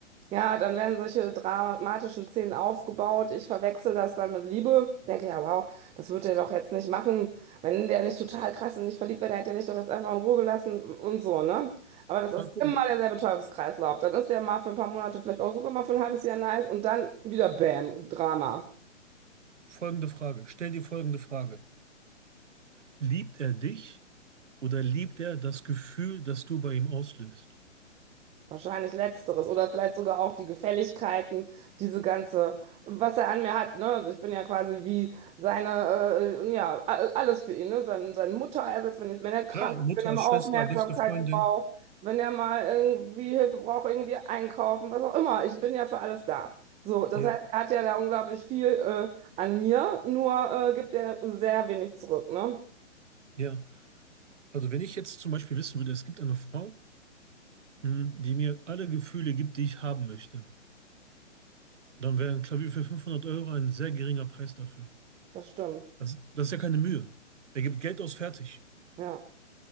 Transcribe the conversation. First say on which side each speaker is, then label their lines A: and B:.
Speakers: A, on the right; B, on the right.
A: Ja, dann werden solche dramatischen Szenen aufgebaut. Ich verwechsel das dann mit Liebe. Denke, ja, wow, das wird er doch jetzt nicht machen. Wenn der nicht total krass und nicht verliebt wäre, dann hätte er dich doch jetzt einfach in Ruhe gelassen und so, ne? Aber das ist
B: Danke.
A: immer
B: Und
A: derselbe Teufelskreislauf. Dann ist der mal für ein paar Monate, vielleicht auch sogar mal für ein halbes Jahr nice und dann wieder Bam, Drama.
B: folgende Frage, stell dir folgende Frage. Liebt er dich oder liebt er das Gefühl, das du bei ihm auslöst?
A: Wahrscheinlich letzteres oder vielleicht sogar auch die Gefälligkeiten, diese ganze, was er an mir hat, ne? Also ich bin ja quasi wie seine, äh, ja, a- alles für ihn, ne? Sein, sein Mutterersatz, wenn, wenn er krank
B: Ja,
A: ist,
B: Mutter,
A: wenn er mal
B: Schwester,
A: Aufmerksamkeit
B: beste Freundin.
A: braucht, wenn er mal irgendwie Hilfe braucht, irgendwie einkaufen, was auch immer. Ich bin ja für alles da. So, das
B: Ja,
A: heißt, er hat ja da unglaublich viel, äh, an mir, nur, äh, gibt er sehr wenig zurück, ne?
B: ja. Also wenn ich jetzt zum Beispiel wissen würde, es gibt eine Frau, mh, die mir alle Gefühle gibt, die ich haben möchte. Dann wäre ein Klavier für 500 Euro ein sehr geringer Preis dafür.
A: Das stimmt.
B: Das, das ist ja keine Mühe. Er gibt Geld aus, fertig.
A: Ja.